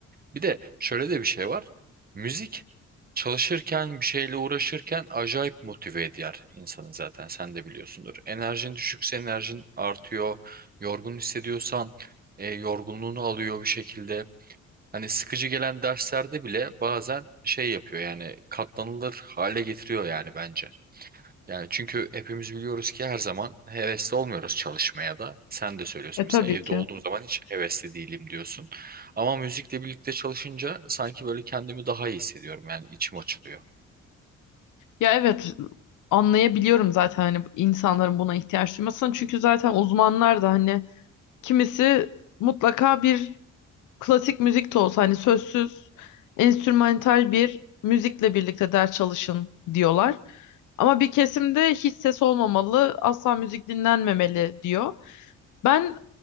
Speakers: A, on the right; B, on the left.
A: Bir de şöyle de bir şey var. Müzik çalışırken bir şeyle uğraşırken acayip motive eder insanı zaten sen de biliyorsundur. Enerjin düşükse enerjin artıyor. Yorgun hissediyorsan e, yorgunluğunu alıyor bir şekilde. Hani sıkıcı gelen derslerde bile bazen şey yapıyor yani katlanılır hale getiriyor yani bence. Yani çünkü hepimiz biliyoruz ki her zaman hevesli olmuyoruz çalışmaya da. Sen de söylüyorsun
B: E
A: mesela
B: tabii
A: evde
B: ki.
A: olduğum zaman hiç hevesli değilim diyorsun. Ama müzikle birlikte çalışınca sanki böyle kendimi daha iyi hissediyorum. Yani içim açılıyor.
B: Ya evet anlayabiliyorum zaten hani insanların buna ihtiyaç duymasını. Çünkü zaten uzmanlar da hani kimisi mutlaka bir klasik müzik de olsa hani sözsüz, enstrümantal bir müzikle birlikte ders çalışın diyorlar. Ama bir kesimde hiç ses olmamalı, asla müzik dinlenmemeli diyor. Ben